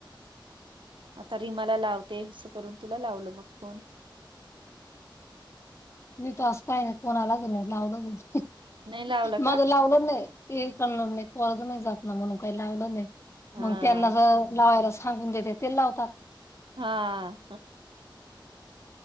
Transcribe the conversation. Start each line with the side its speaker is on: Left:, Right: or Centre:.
Right: आता रिमाला लाव ते असं करून तुला लावलं मग फोन.
Left: मी त असं काही नाही कोणालाच नाही, लावलंच
Right: नाही लावला
Left: माझं
Right: का
Left: लावलं नाही. <unintelligible> जात ना म्हणून काही लावलं नाही
Right: हा
Left: मग त्यांना लावायला सांगून देते ते लावतात.
Right: हा